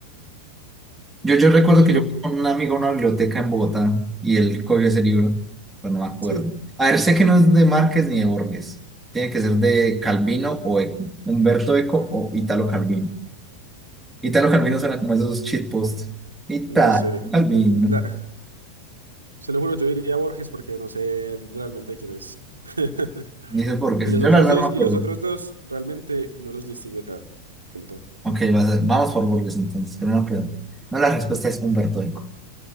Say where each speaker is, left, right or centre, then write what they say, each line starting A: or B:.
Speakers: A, in the centre; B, on the right.
A: Yo, yo recuerdo
B: Yo
A: que
B: eso
A: yo fui con un amigo a una biblioteca en Bogotá y él cogió ese libro, pero no me acuerdo.
B: Sí,
A: A ver, sé que no es de Márquez ni de Borges. Tiene que ser de Calvino o Eco. Humberto Eco o Italo Calvino. Italo Calvino suena como esos cheat posts. Italo
B: no sé.
A: Calvino.
B: La- se lo juro, yo diría Borges porque no sé realmente quién es. <laughs>
A: Dice burgers.
B: Y los
A: Yo
B: otros
A: la verdad
B: dos,
A: no me acuerdo.
B: y los otros dos realmente no los distingo ta- tanto.
A: Ok, vas- vamos por burgers entonces, pero no creo. No, la respuesta es Humberto Eco.